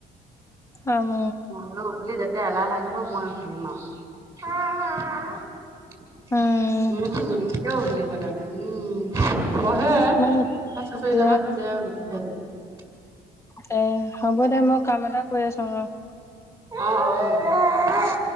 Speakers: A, on the left; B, on the right.
A: উম
B: ম‌ই বোলো গধুলি যেতিয়া এলাহ লাগিব মই উঘুলিম আৰু <unintelligible>
A: উম
B: <unintelligible> অ উম-উম কিয় উভলিব <unintelligible> তাৰমানে উম বহে সেই
A: ইমান
B: চুচৰি
A: এ
B: যাবা খোজে আৰু নধি খাই যোৱা <unintelligible>
A: <unintelligible> দে হ'ব দে মই কাম এটা কৰি আছো আৰু <unintelligible>
B: অঁ-অঁ